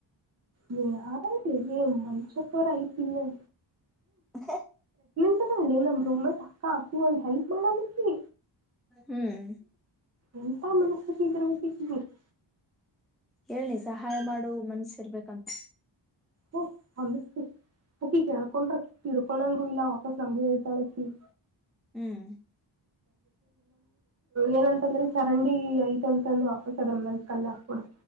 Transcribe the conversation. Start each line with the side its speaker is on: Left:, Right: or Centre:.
Right: ನೀ ಹಾ ರೀ ಮನುಷ್ಯತ್ವ ಐತ್ತಿಲ್ಲ
Centre: ಹ
Right: ೇ ನಮ್ ರೂಮ್ ಮಟ್ ಅಕ್ಕ ಒಂದ್ ಹೆಲ್ಪ್ ಮಾಡಲ ಈಕಿ.
Centre: ಹ್ಮ್
Right: ಎಂತ ಮನಸ್ಥಿತಿ ಇದ್ರರು ಇಕ್ಲಿ <unintelligible>
Centre: ಹೇಳ್ ನೀ ಸಹಾಯ ಮಾಡೊ ಮನ್ಸಿರ್ಬೇಕಂತ.
Right: ಹ ಅ ಅಕಿ ಹೇಳ್ಕೊಂಡ್ರ ಕಣಂಗೂ ಇಲ್ಲ ಹೊಕ ಸಮಜ ಇತಳ <unintelligible>
Centre: ಹ್ಮ್
Right: ಏನಂತಂದ್ರೆ ಚರಂಡಿ ಈಗ್ ಐತಂದಂದು ಅಕುಷ್ಟಇದರೆ ಮಾಮ್ ಕಲ್ಲ ಹಾಕ್ಬಿಡು.